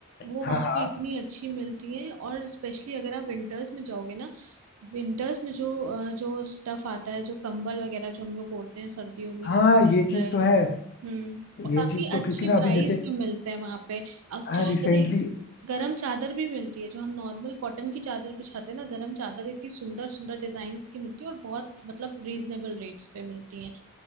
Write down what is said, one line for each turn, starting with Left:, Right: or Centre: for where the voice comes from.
Right: वो
Left: हाँ
Right: वहां
Left: हाँ
Right: पे इतनी अच्छी मिलती है और स्पेशली अगर आप विंटर्स में जाओगे ना विंटर्स में जो अ, जो स्टफ आता है जो कंबल वगैरह जो हम लोग ओढ़ते हैं सर्दियों में
Left: हाँ
Right: कंबल
Left: ये
Right: हो
Left: चीज
Right: गए
Left: तो है
Right: हम्म और
Left: ये
Right: काफी
Left: चीज तो
Right: अच्छे
Left: क्योंकि ना अभी
Right: प्राइस
Left: जैसे
Right: पे मिलते हैं वहां पे अब
Left: हाँ
Right: चादरें
Left: रिसेंटली
Right: गरम चादर भी मिलती है जो हम नॉर्मल कॉटन की चादर बिछाते हैं ना गरम चादर इतनी सुंदर सुंदर डिजाइन की मिलती है और बहुत मतलब रीजनेबल रेट्स पे मिलती है